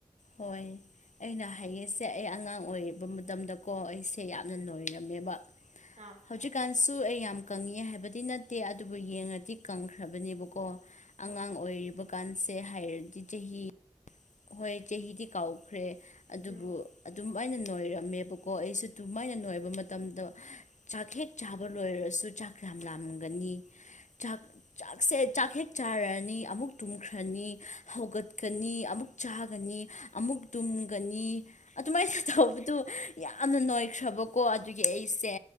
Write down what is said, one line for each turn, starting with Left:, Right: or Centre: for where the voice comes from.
Left: ꯍꯣꯏ ꯑꯩꯅ ꯍꯥꯏꯉꯤꯁꯦ ꯑꯩ ꯑꯉꯥꯡ ꯑꯣꯏꯔꯤꯕ ꯃꯇꯝꯗꯀꯣ ꯑꯩꯁꯦ ꯌꯥꯝꯅ ꯂꯣꯏꯔꯝꯃꯦꯕ
Right: ꯑꯥ
Left: ꯍꯧꯖꯤꯛꯀꯥꯟꯁꯨ ꯑꯩ ꯌꯥꯝ ꯀꯪꯉꯛꯑꯦ ꯍꯥꯏꯕꯗꯤ ꯅꯠꯇꯦ ꯑꯗꯨꯕꯨ ꯌꯦꯡꯉꯗꯤ ꯀꯪꯈ꯭ꯔꯕꯅꯦꯕꯀꯣ ꯑꯉꯥꯡ
Right: ꯑꯥ
Left: ꯑꯣꯏꯔꯤꯕꯀꯥꯟꯁꯦ ꯍꯥꯏꯔꯗꯤ ꯆꯍꯤ ꯍꯣꯏ ꯆꯍꯤꯗꯤ ꯀꯥꯎꯈ꯭ꯔꯦ ꯑꯗꯨꯕꯨ
Right: ꯎꯝ
Left: ꯑꯗꯨꯝ ꯑꯩꯅ ꯅꯣꯏꯔꯝꯃꯦꯕꯀꯣ ꯑꯩꯁꯨ ꯑꯗꯨꯃꯥꯏꯅ
Right: ꯎꯝ ꯎꯝ
Left: ꯅꯣꯏꯕ ꯃꯇꯝꯗ ꯆꯥꯛ ꯍꯦꯛ ꯆꯥꯕ ꯂꯣꯏꯔꯁꯨ ꯆꯥꯛ ꯌꯥꯝ ꯂꯥꯝꯒꯅꯤ ꯆꯥꯛ ꯆꯥꯛꯁꯦ ꯆꯥꯛ ꯍꯦꯛ ꯆꯥꯔꯅꯤ ꯑꯃꯨꯛ ꯇꯨꯝꯈ꯭ꯔꯅꯤ ꯍꯧꯒꯠꯀꯅꯤ ꯑꯃꯨꯛ ꯆꯥꯒꯅꯤ ꯑꯃꯨꯛ ꯇꯨꯝꯒꯅꯤ ꯑꯗꯨꯃꯥꯏꯅ ꯇꯧꯕꯗꯨ ꯌꯥꯝꯅ ꯅꯣꯏꯈ꯭ꯔꯕꯀꯣ ꯑꯗꯨꯒꯤ ꯑꯩꯁꯦ